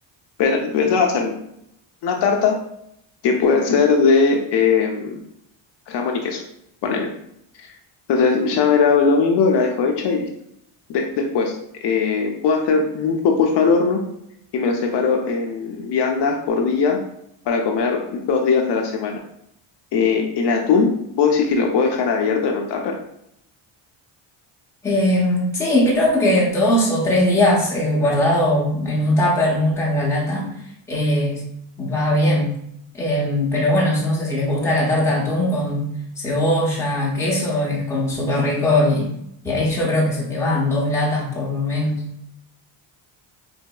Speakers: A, on the left (about 60°); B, in the centre.
A: Pe- Pensaba hacerme una tarta que puede ser de eh, jamón y queso, ponele. Entonces ya me la hago el domingo, la dejo hecha y listo. Des- después, eh, puedo hacer mucho pollo al horno y me lo separo en viandas por día para comer dos días a la semana. Eh, el atún, ¿vos decís que lo puedo dejar abierto en un tupper?
B: Eh, sí, creo que dos o tres días eh, guardado en un tupper, nunca en la lata, eh, va bien. Eh, pero bueno, no sé si les gusta la tarta de atún con cebolla, queso, es como súper rico y, y ahí yo creo que se te van dos latas por lo menos.